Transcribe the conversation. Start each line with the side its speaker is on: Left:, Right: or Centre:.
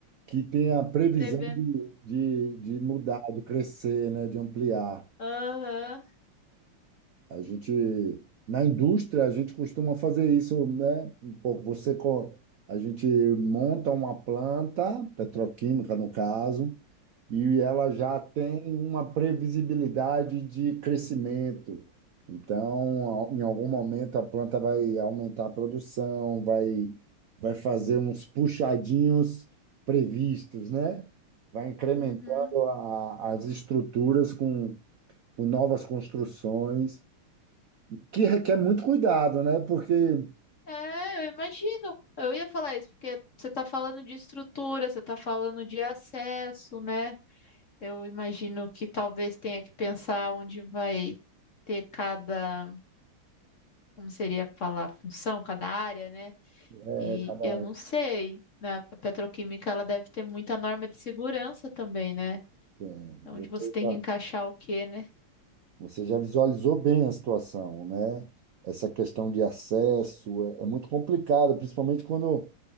Right: que tem a previsão
Left: Prevendo.
Right: de, de, de mudar, de crescer, né? De ampliar.
Left: Aham.
Right: A gente, na indústria, a gente costuma fazer isso, né? Um pouco você, co- a gente monta uma planta, petroquímica no caso, e ela já tem uma previsibilidade de crescimento. Então, ao- em algum momento, a planta vai aumentar a produção, vai, vai fazer uns puxadinhos previstos, né? Vai incrementando
Left: Uhum.
Right: a- as estruturas com, com novas construções que requer muito cuidado, né? Porque
Left: É, eu imagino. Eu ia falar isso, porque você está falando de estrutura, você está falando de acesso, né? Eu imagino que talvez tenha que pensar onde vai ter cada. como seria falar função, cada área, né?
Right: é,
Left: E
Right: cada-
Left: eu não sei. Na petroquímica ela deve ter muita norma de segurança também, né?
Right: Bem,
Left: Onde
Right: Você
Left: você tem
Right: já,
Left: que encaixar o quê, né?
Right: você já visualizou bem a situação, né? Essa questão de acesso é, é muito complicada, principalmente quando,